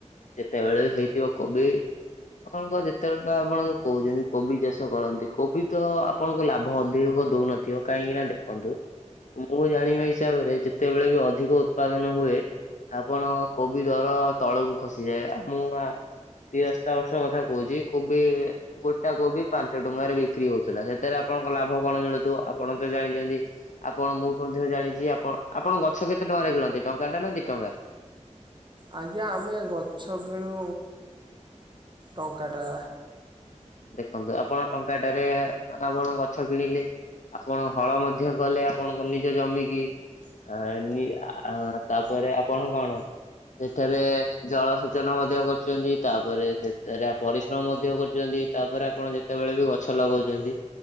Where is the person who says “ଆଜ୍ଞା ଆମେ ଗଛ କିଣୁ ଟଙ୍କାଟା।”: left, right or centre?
Right